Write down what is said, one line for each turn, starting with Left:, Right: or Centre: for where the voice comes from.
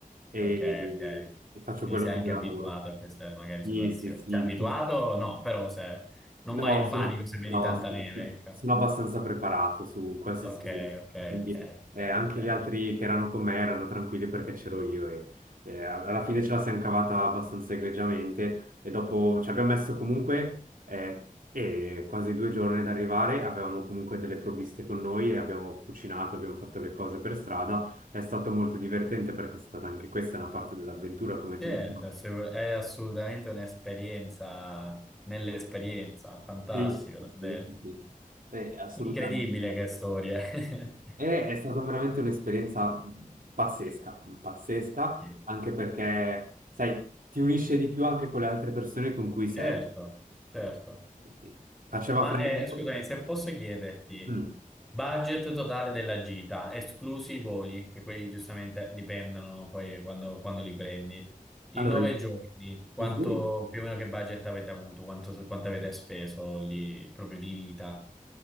Right: e,
Centre: ok, ok.
Right: e faccio
Centre: Quindi
Right: quello
Centre: sei
Right: come
Centre: anche
Right: lavoro.
Centre: abituato a queste magari
Right: Sì,
Centre: situazioni.
Right: sì, sì.
Centre: Cioè, abituato? No, però se non
Right: No,
Centre: vai in
Right: sono,
Centre: panico se vedi
Right: no,
Centre: tanta
Right: so,
Centre: neve,
Right: sono-
Centre: ecco.
Right: sono abbastanza preparato su qualsiasi
Centre: Ok,
Right: cosa,
Centre: ok,
Right: quindi
Centre: ok,
Right: eh,
Centre: chiaro,
Right: anche
Centre: chiaro.
Right: gli altri che erano con me erano tranquilli perché c'ero io e eh, alla fine ce la siamo cavata abbastanza egregiamente e dopo ci abbiamo messo comunque eh, eh, quasi due giorni ad arrivare, avevamo comunque delle provviste con noi e abbiamo cucinato, abbiamo fatto le cose per strada, è stato molto divertente perché è stata anche questa una parte dell'avventura, come ti
Centre: Certo,
Right: dico.
Centre: assu- è assolutamente un'esperienza nell'esperienza, fantastico,
Right: Sì, sì,
Centre: davvero.
Right: sì. sì. Eh, assolutamente.
Centre: Incredibile che storia. <laughs>
Right: E è stata veramente un'esperienza mhmm, pazzesca, pazzesca,
Centre: Sì.
Right: anche perché, sai, ti unisce di più anche con le altre persone con cui sei.
Centre: Certo, certo.
Right: Eh, Faceva
Centre: Ma
Right: freddo.
Centre: eh, scusami, se posso chiederti,
Right: Mm.
Centre: budget totale della gita, esclusi i voli, che quelli giustamente dipendono poi quando, quando li prendi.
Right: Allora,
Centre: In nove
Right: i,
Centre: giorni, quanto
Right: i voli,
Centre: più o meno che budget avete avuto, quanto, quanto avete speso lì proprio di vita?